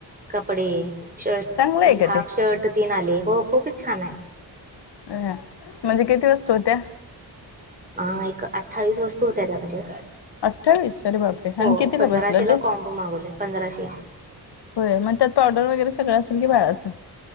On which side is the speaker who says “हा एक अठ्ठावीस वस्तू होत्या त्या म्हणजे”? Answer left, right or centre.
Right